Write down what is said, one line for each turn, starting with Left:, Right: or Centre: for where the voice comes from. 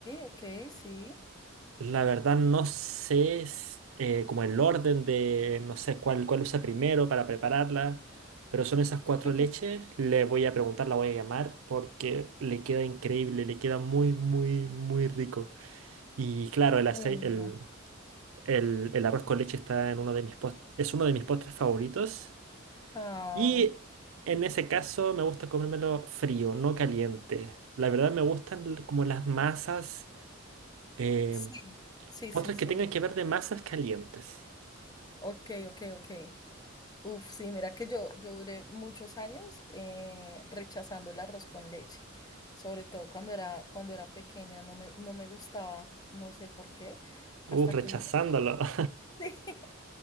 Left: ok, sí.
Right: La verdad no sé s- eh, como el orden de, no sé cuál, cuál usa primero para prepararla, pero son esas cuatro
Left: <laughs>
Right: leches. Le voy a preguntar, la voy a llamar porque le queda increíble, le queda muy, muy, muy rico. Y claro, el aceite,
Left: Mm,
Right: El, el arroz con leche está en uno de mis pos- es uno de mis postres favoritos.
Left: Ah,
Right: Y en ese caso me gusta comérmelo frío, no caliente. La verdad me gustan l- como las masas, eh,
Left: sí, sí,
Right: postres
Left: sí, sí.
Right: que tengan que ver de masas calientes.
Left: Ok, ok, ok. Uf, sí, mira que yo, yo duré muchos años eh, rechazando el arroz con leche, sobre todo cuando era, cuando era pequeña, no me, no me gustaba, no sé por qué,
Right: Uh,
Left: hasta
Right: rechazándolo.
Left: que un día lo,
Right: <laughs>
Left: <laughs>